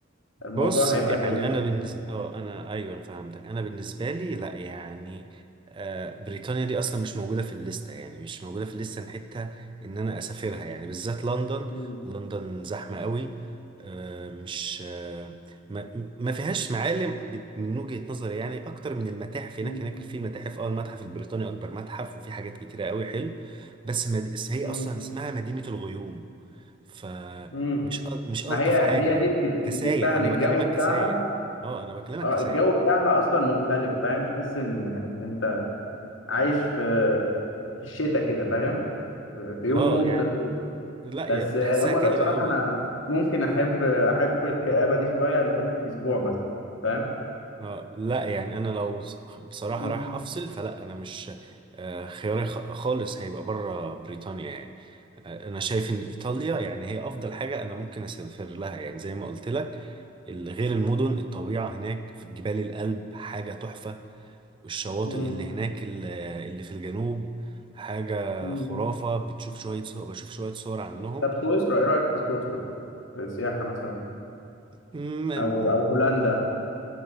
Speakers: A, on the left; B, on the right.
A: الموضوع
B: بص يعني
A: هيبقى جميل
B: انا بالنسبه اه انا ايوه انا فهمتك انا بالنسبه لي لا يعني آه، بريطانيا دي اصلا مش موجوده في الليسته يعني مش موجوده في الليسته حتى ان انا اسافرها يعني بالذات لندن
A: مم،
B: لندن زحمه قوي آه، مش آه، ما ما فيهاش معالم بت- من وجهه نظري يعني اكتر من المتاحف هناك
A: مم،
B: هناك في متاحف اه المتحف البريطاني اكبر متحف وفي حاجات كتيره قوي حلو بس مد... هي
A: مم،
B: اصلا اسمها مدينه الغيوم فمش
A: مم.
B: أل- مش ألطف
A: ما هي
B: حاجة
A: هي
B: يعني
A: دي بت-
B: كسايح
A: بتديك فعلا
B: أنا
A: الجو
B: بكلمك
A: بتاعها
B: كسايح أه أنا بكلمك
A: اه
B: كسايح
A: الجو بتاعها اصلا مختلف فاهم تحس ان ان انت عايش في في الشتاء كده فاهم في في يوم
B: أه
A: ممطر
B: يعني لا يا
A: بس
B: بحسها
A: هو
B: كئيبة
A: ده بصراحة
B: قوي
A: أنا ممكن أحب أحب الكآبة دي شوية لمدة أسبوع مثلا فاهم؟
B: أه لا يعني أنا لو ص- بصراحة
A: مم.
B: رايح أفصل فلا أنا مش آه، خياري خ- خالص هيبقى بره بريطانيا يعني آه، أنا شايف إن إيطاليا يعني هي أفضل حاجة أنا ممكن أسافر لها يعني زي ما قلت لك ال- غير المدن الطبيعة هناك في جبال الألب حاجة تحفة والشواطئ
A: مم.
B: اللي هناك ال- اللي في الجنوب حاجة
A: مم.
B: خرافة بتشوف شوية صور بشوف شوية صور عنهم
A: طب سويسرا إيه رأيك في سويسرا؟ في السياحة مثلا
B: م-
A: أو أو هولندا